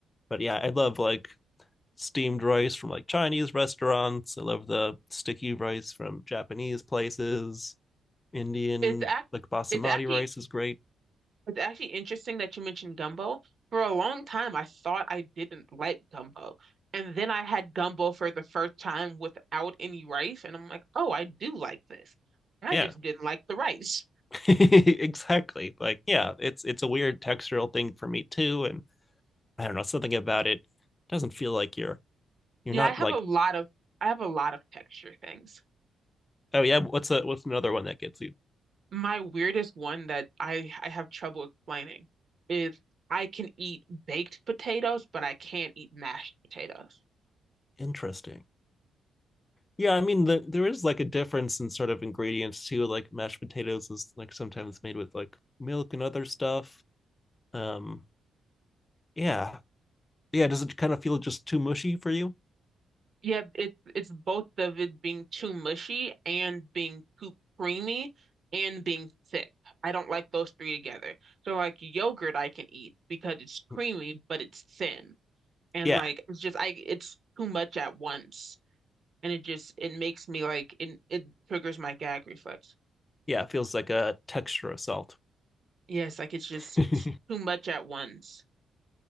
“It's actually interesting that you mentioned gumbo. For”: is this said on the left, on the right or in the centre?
Right